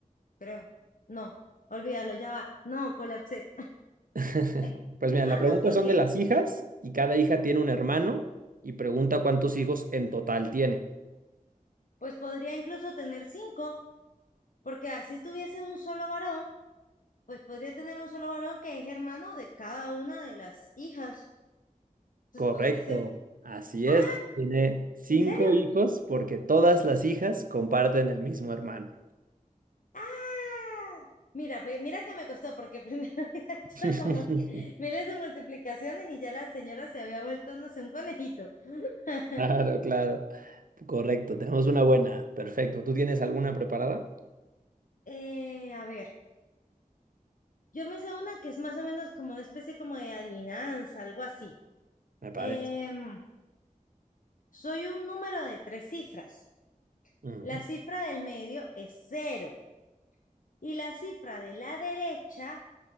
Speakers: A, on the left; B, on the right.
A: Creo. No, olvídalo, ya va. No, colapsé.
B: <laughs>
A: Eh,
B: Pues mira,
A: ah,
B: la pregunta
A: no, porque
B: son de las hijas y cada hija tiene un hermano y pregunta cuántos hijos en total tiene.
A: pues podría incluso tener cinco, porque así tuviese un solo varón, pues podría tener un solo varón que es hermano de cada una de las hijas. Entonces
B: Correcto,
A: podría ser,
B: así
A: ah,
B: es. Tiene cinco
A: ¿en serio?
B: hijos porque todas las hijas comparten el mismo hermano.
A: Ah, mira, pues, mira que me costó, porque primero <laughs> había hecho
B: <laughs>
A: como que miles de multiplicaciones y ya la señora se había vuelto, no sé, un conejito. <laughs>
B: Claro, claro. Correcto, tenemos una buena. Perfecto. ¿Tú tienes alguna preparada?
A: Eh, a ver, yo me sé una que es más o menos como una especie como de adivinanza, algo así.
B: Me parece.
A: Em, Soy un número de tres cifras.
B: Ujú,
A: La cifra del medio es cero y la cifra de la derecha